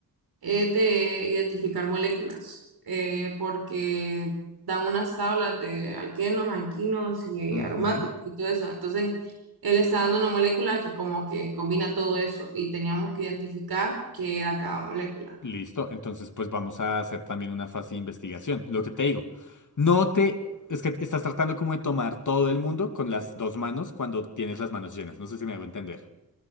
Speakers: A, on the right (about 75°); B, on the left (about 55°).
A: es de identificar moléculas, eh, porque dan unas tablas de alquenos, alquinos y
B: ujú,
A: aromáticos y todo eso. Entonces, él está dando una molécula que como que combina todo eso y teníamos que identificar qué era cada molécula.
B: Listo. Entonces, pues vamos a hacer también una fase de investigación. Lo que te digo, no te... Es que estás tratando como de tomar todo el mundo con las dos manos cuando tienes las manos llenas. No sé si me hago entender.